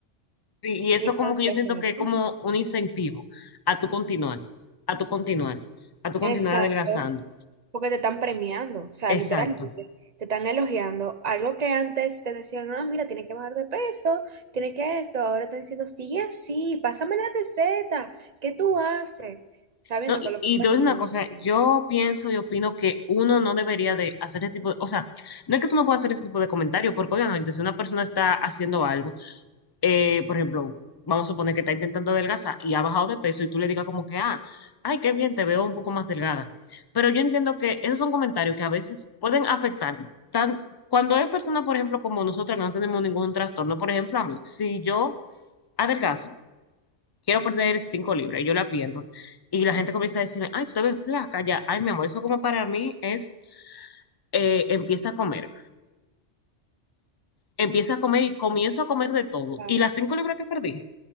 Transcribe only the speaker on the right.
Y no
lo
que
hacen
así.
Exacto,
porque te están premiando, o sea,
literalmente te están elogiando. Algo que antes te decían, ah, mira, tienes que bajar de peso, tienes que esto, ahora están diciendo, sigue así, pásame la receta, ¿qué tú haces? Sabiendo
que lo
que tú
haces
no
es sano.
Claro.